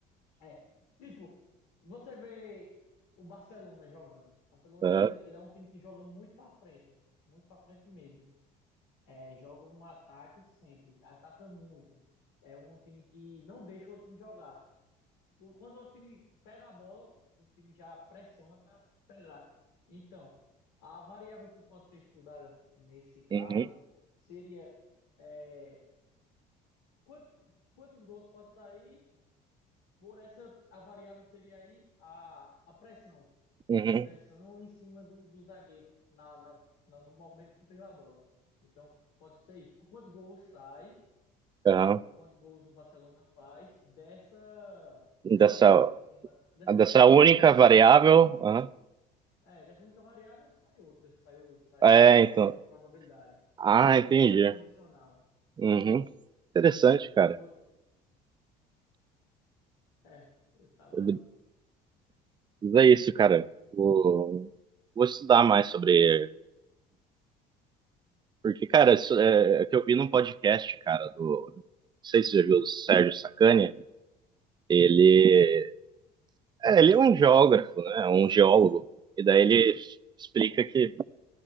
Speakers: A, on the left (about 85°); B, on the right (about 25°).
A: É, tipo, você vê o Barcelona jogando. O Barcelona
B: Aham,
A: jogando, ele é um time que joga muito pra frente. Muito pra frente mesmo. É, joga um ataque sempre, ataca muito. É um time que não deixa o outro time jogar. O- Quando o outro time pega a bola, o time já pressiona para pegar. Então, a variável que pode ser estudada nesse caso
B: uhum,
A: seria é, quant- quantos gols pode sair por essa a variável seria aí a, a pressão,
B: uhum,
A: a pressão em cima do, do zagueiro na, na- na- no momento que pegou a bola. Então, pode ser isso. Quantos gols sai?
B: aham.
A: o- quantos gols o Barcelona faz dessa dessa
B: Dessa,
A: pressão em cima dessa
B: dessa
A: pressão
B: única
A: em cima do
B: variável.
A: jogador.
B: aham.
A: É, dessa única variável sai outra, saiu saiu
B: É,
A: a-
B: então.
A: essa probabilidade,
B: Ah,
A: probabilidade
B: entendi.
A: condicional.
B: Uhum. Interessante, cara.
A: Outra, é, eu tava
B: Mas é isso, cara. Vou, vou estudar mais sobre. Porque, cara, isso é, é que eu vi num podcast, cara, do. Não sei se você já viu o Sérgio Sacani. Ele
A: não,
B: é, ele é um geógrafo, né? Um geólogo. E daí ele explica que